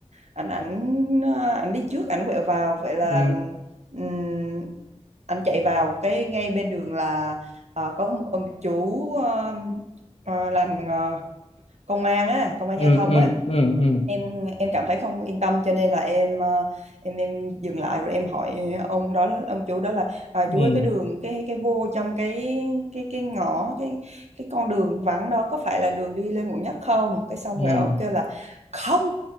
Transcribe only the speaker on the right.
ảnh ảnh ờ, ảnh đi trước ảnh quẹo vào vậy là
ừm, ảnh chạy vào cái ngay bên đường là ờ, có một ông chú ờ, ờ, làm ờ, công an á công an
giao thông
á
em em cảm thấy không yên tâm cho nên là em ờ, em em dừng lại rồi em hỏi ông đó ông chủ đó là à,
chú ơi cái đường cái cái vô trong cái cái cái ngõ cái cái con đường vắng đó có phải là đường đi lên quận nhất không cái xong
rồi ông kêu là không